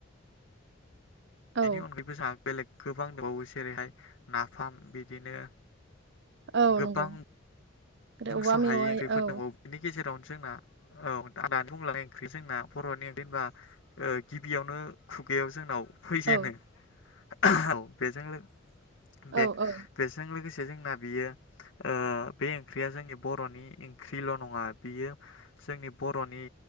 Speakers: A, on the right (about 60°); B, on the left (about 70°).
A: औ
B: बेनि अनगायैबो जोंहा बेलेग गोबां दंबावो जेरैहाय नाफाम बिदिनो
A: औ
B: गोबां
A: नंगौ ओरै
B: बुंस'
A: औवा मेवाइ
B: हायै ओंख्रिफोर
A: औ
B: दंबाव बेनि गेजे रावनो जोंना औ आदानि बुंंलांनाय ओंख्रि जोंना बर'नि ओंख्रि होनबा ओ गिबियावनो खुगायाव जोंनाव फैजेनो
A: औ
B: <unintelligible> औ बेजों लो बे
A: औ औ
B: बेजों लोगोसे जों जोंना बियो ओ बे ओंख्रिया जोंनि बर'नि ओंख्रिल' नङा बियो जोंनि बर'नि